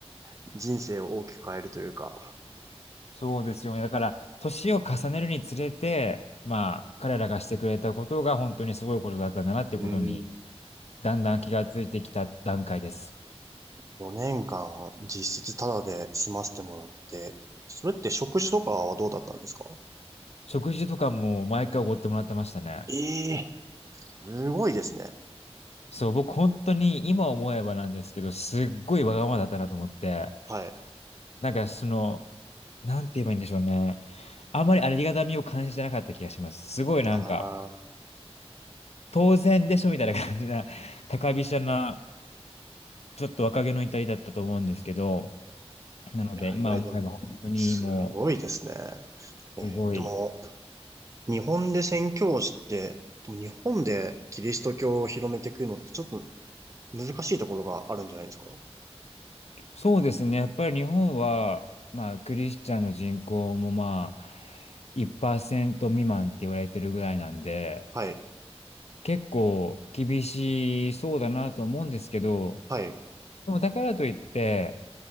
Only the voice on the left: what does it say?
そうですよね。だから、年を重ねるにつれて、まあ、彼らがしてくれたことが本当にすごいことだったんだなっていうことに、
だんだん気がついてきた段階です。
食事とかも毎回おごってもらってましたね。
そう、僕本当に今思えばなんですけど、すっごいわがままだったなと思って、
なんかその、なんて言えばいいんでしょうね。あんまりありがたみを感じてなかった気がします。すごいなんか、
当然でしょみたいな感じな、高飛車な、ちょっと若気の至りだったと思うんですけど、なので今思えば本当にも
う、すごい、
そうですね。やっぱり日本は、まあ、クリスチャンの人口もまあ、1%未満って言われてるぐらいなんで、
結構厳しそうだなと思うんですけど、
でもだからといって、